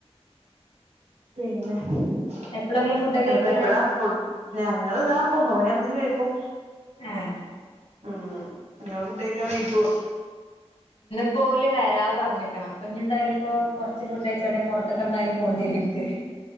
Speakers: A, on the right; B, on the left.
A: പിന്നെ ന്നപ്പ
B: എപ്പളാ ഇങ്ങള് ഫുഡൊക്കെ കഴിക്കല്
A: എപ്പഴാ ഫുട് ഞങ്ങള് ഇതാ പ്പൊ ഒമ്പ മണിയാമ്പൊത്ത്ന് കഴിക്കും.
B: ഏഹ്
A: ഉം ഇങ്ങള് ഫുഡയ്ക്കാൻ വൈകോ
B: പ്പോല് വരാ പർഞ്ഞ്ക്ക്ണ്. അപ്പൊ ഞ്ഞ് എന്തായാലും ഇപ്പൊ കൊർച്ച് ഫുഡയ്ച്ചാലെ പൊർത്ത്ക്ക് എന്തായാലും പോണ്ട്യരും ൻക്ക്.